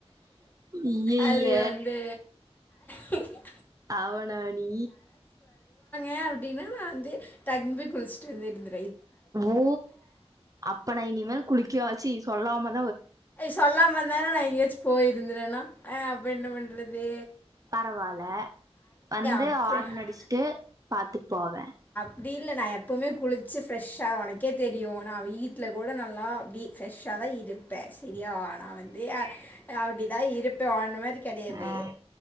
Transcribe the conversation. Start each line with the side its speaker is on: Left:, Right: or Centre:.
Right: அய்யய்ய
Left: அது வந்து <inaudible>
Right: அவனா நீ
Left: ஏன் அப்படின்னா நான் வந்து டக்னு குளிச்சுட்டு வந்து இருந்தேன்
Right: ஓ அப்ப நான் இனி மேல குளிக்காச்சு சொல்லாமல்
Left: சொல்லாம வந்தாலே நான் எங்கேயாச்சும் போயி ருந்தேனா ஏன் அப்ப என்ன பண்றது
Right: பரவால வந்து
Left: அப்போ
Right: ஆரன் அடிச்சுட்டு பார்த்துட்டு போவேன்
Left: அப்படி இல்ல நான் எப்பவுமே குளிச்சி ப்ரெஷ் ஆவேன் உனக்கே தெரியும் நான் வீட்டில் கூட நான் நான் அப்டி ப்ரஸ்ஸா தான் இருப்பேன் சரியா நான் வந்து அப்படிதான் இருப்பேன் உன்ன மாதிரி கிடையாது
Right: ஆஹ்